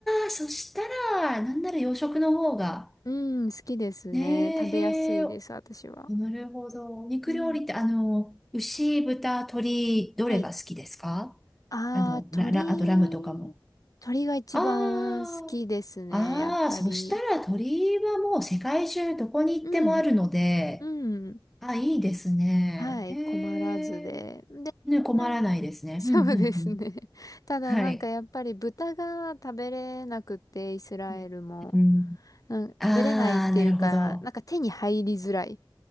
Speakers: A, in the centre; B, on the left (about 45°).
A: ー、そしたら、なんなら洋食の方が。
B: うん、好きですね。
A: ねえ、
B: 食べやすいです、
A: へえ、
B: 私は。
A: なるほど。お肉料理って、
B: うん。
A: あの、牛、豚、鶏、どれが好きですか
B: はい。あー、
A: あの、
B: 鳥、
A: ラ、ラ、あとラムとかも。
B: 鳥が一番好きですね、
A: あーああ、
B: やっぱり。
A: そしたら鳥居はもう世界中どこに行ってもあるので、
B: うん、うん。
A: あ、いいですね。
B: はい、
A: へえ。
B: 困らずで。で、
A: ね、困らないですね。
B: <laughs> そうですね。
A: うん、うん、うん。
B: <laughs> ただなんかやっぱり豚が食べれなくて、
A: はい。
B: イスラエルも。
A: ねうん。
B: なん食べれないっていうか、
A: ああ、なるほど。あ
B: なんか手に入りづらい